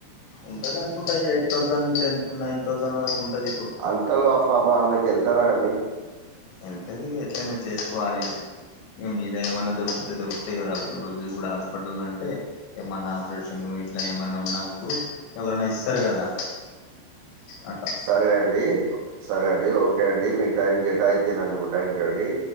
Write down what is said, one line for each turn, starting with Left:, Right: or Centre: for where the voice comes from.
Left: ఉంటది అనుకుంటా eight thousand ten nine thousand వరకు ఉంటది ఇప్పుడు
Right: అంతలో ఆ పాపం ఆమెకి వెళ్తారా అండి
Left: ఎల్తది ఇగ ఎట్లా అయినా చేసుకోవాలని ఇంగా మీద ఏమన్నా దొరుకుతే దొరుకుతాయి కదా ఒకట్టి రోజు కూడా హాస్పిటల్ అంటే ఏమన్నా ఆపరేషన్
Right: ఉమ్,
Left: ఇట్లా ఏమన్నా ఉన్నప్పుడు ఎవరన్నా ఇస్తారు కదా అ
Right: సరే అండి సరే అండి ఓకే అండి మీ టైమ్ కేటాయించినందుకు థ్యాంక్ యూ అండి